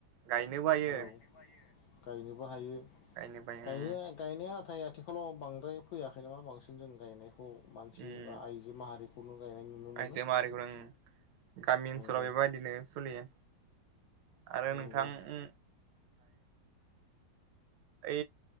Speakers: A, on the right (about 75°); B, on the left (about 75°).
A: गायनो बायो
B: औ गायनोबो हायो
A: गायनो बायो
B: गायो।
A: उम
B: <unintelligible> आथिखालाव बांद्राय फैयाखै नामा बांसिन जों गायनायखौ मानसि
A: उम
B: बा आइजो माहारि गायनाय नुनो मोनो
A: आइजो माहारिखौ जों गामि ओनसोलाव
B: नंगौ
A: बेबायदिनो सोलियो आरो
B: नंगौ।
A: नोंथां उम ऐ